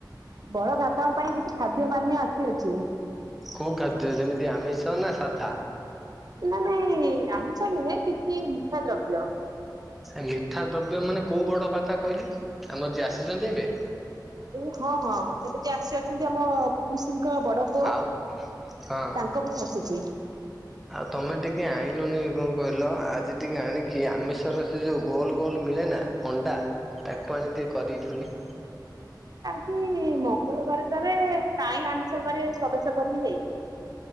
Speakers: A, on the right; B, in the centre.
A: ବଡ ଭ୍ରାତାଙ୍କ ପାଇଁ କିଛି ଖାଦ୍ୟ ପାନୀୟ ଆସିଅଛି।
B: କୋଉ ଖାଦ୍ୟ ଯେମିତି ଆମିଷ ନା ସାଧା।
A: ମାନେ ଆମିଷ ନୁହେଁ କିଛି ମିଠା ଦ୍ରବ୍ୟ।
B: ମିଠା ଦ୍ରବ୍ୟ ମାନେ କୋଉ ବଡ <unintelligible> ଭ୍ରାତା କହିଲେ। ଆମର ଯିଏ ଆସିଛନ୍ତି ଏବେ
A: ଏ ହଁ ହଁ ଏବେ ଯିଏ ଆସି ଅଛନ୍ତି ଆମ ପିଇସିଙ୍କ ବଡ ପୁଅ
B: ଆଉ ହଁ
A: ତାଙ୍କ ପାଇଁ ଆସିଛି।
B: ଆଉ ତମେ ଟିକେ ଆଣିଲନି କଣ କହିଲ ଆଜି ଟିକେ ଆଣିକି ଆମିଷର ସେ ଯୋଉ ଗୋଲ ଗୋଲ ମିଳେ ନା ଅଣ୍ଡା ତାକୁ ଆଣିିକି ଟିକେ <unintelligible> କରେଇଥନି
A: କି ମଙ୍ଗଳବାର ଟାରେ କାହିଁ ଆମିଷ ଘରେ ପ୍ରବେଶ କରିବି ଯାଇଁ